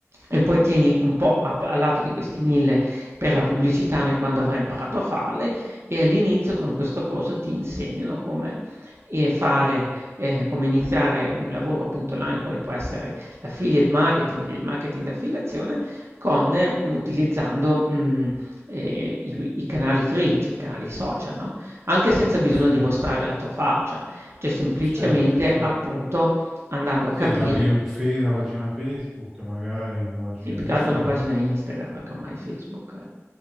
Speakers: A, on the right; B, in the centre.
A: e poi tieni un po' a p a lato di questi 1000 per la pubblicità ne quando avrai imparato a farle, e all'inizio con questo corso ti insegnano come, ehm, fare ehm, come iniziare un lavoro appunto online, quale può essere l'affiliate marketing, il marketing d'affiliazione con eh, utilizzando, mhmm, ehm, i i canali free, cioè i canali social, no? anche senza bisogno
B: Sì,
A: di mostrare la tua faccia, cioè semplicemente
B: certo. eh.
A: appunto andando
B: Sì,
A: a capire
B: apri un fe- una pagina Facebook, magari una pagina
A: sì, più
B: Instagram.
A: che altro una pagina Instagram, perché ormai Facebook